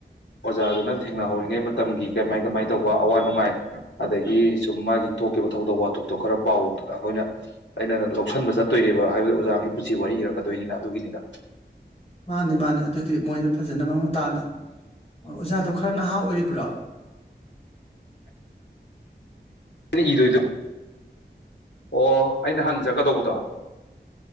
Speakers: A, on the left; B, on the left.
A: ꯑꯣꯖꯥꯗꯨꯅ ꯊꯦꯡꯅꯍꯧꯔꯤꯉꯩ ꯃꯇꯝꯒꯤ ꯀꯃꯥꯏ ꯀꯃꯥꯏ ꯇꯧꯕ ꯑꯋꯥ ꯅꯨꯡꯉꯥꯏ ꯑꯗꯒꯤ ꯁꯨꯝ ꯃꯥꯒꯤ ꯊꯣꯛꯈꯤꯕ ꯊꯧꯗꯣꯛ ꯋꯥꯊꯣꯛꯇꯣ ꯈꯔ ꯄꯥꯎ ꯑꯈꯣꯏꯅ ꯑꯩꯅ ꯂꯧꯁꯤꯟꯕ ꯆꯠꯇꯣꯏꯅꯦꯕ ꯍꯥꯏꯕꯗꯤ ꯑꯣꯖꯥꯒꯤ ꯄꯨꯟꯁꯤ ꯋꯥꯔꯤ ꯏꯔꯛꯀꯗꯣꯏꯅꯤꯅ ꯑꯗꯨꯒꯤꯅꯤꯗ
B: ꯃꯥꯅꯦ ꯃꯥꯅꯦ ꯑꯗꯨꯗꯤ ꯃꯣꯏꯗ ꯐꯖꯅ ꯃꯃꯨ ꯇꯥꯅ ꯑꯣꯖꯥꯗꯣ ꯈꯔ ꯅꯍꯥ ꯑꯣꯏꯔꯤꯕ꯭ꯔꯣ
A: ꯑꯩꯅ ꯏꯗꯣꯏꯗꯣ ꯑꯣ ꯑꯩꯅ ꯍꯪꯖꯠꯀꯗꯧꯕꯗꯣ